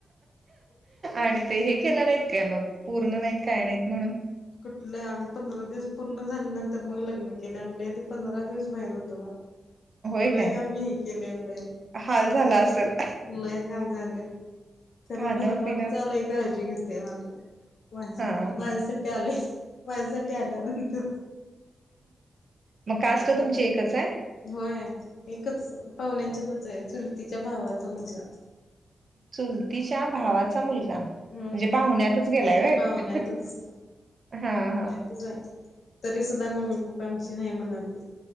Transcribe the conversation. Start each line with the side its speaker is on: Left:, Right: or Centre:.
Right: आणि ते हे केलं नाहीत काय मग पूर्ण नाहीत काय नाहीत म्हणून.
Left: कुठलं आम्ही पंधरा दिवस पूर्ण झाल्यानंतर मग लग्न केलं नाहीतर पंधरा दिवस बाहेर होतो बा.
Right: होय
Left: <unintelligible>
Right: काय
Left: लय आम्ही हे केलोय,
Right: हाल झाला असेल
Left: लय हाल झालंय. तरी
Right: खाणं
Left: नवरा
Right: पिणंच
Left: आमचा लई काळजी घेतोय माझा. माझे
Right: हा
Left: माझ्यासाठी
Right: हा
Left: आलोय माझ्यासाठी आल्या म्हणतोय.
Right: मग काष्ट
Left: आता
Right: तुमची एकच हाय.
Left: होय एकच पाहुण्यांच्यातलच हाय चुलतीच्या भावाचा मुलगा.
Right: चुलतीच्या भावा च मुलगा म्हणजे
Left: हम्म
Right: पाहुण्यातच गेलाय होय
Left: पाहुण्यातच
Right: हा हा.
Left: <unintelligible> तरी सुद्धा मम्मी पप्पा आमची नाही म्हणालतीत